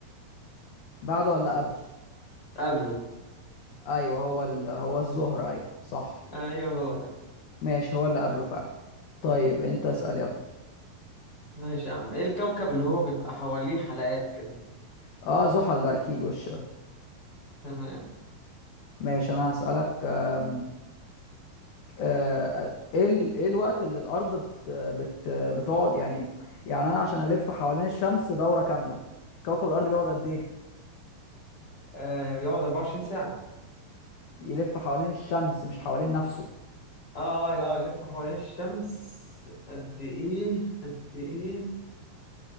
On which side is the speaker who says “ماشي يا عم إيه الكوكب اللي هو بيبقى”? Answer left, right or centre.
Left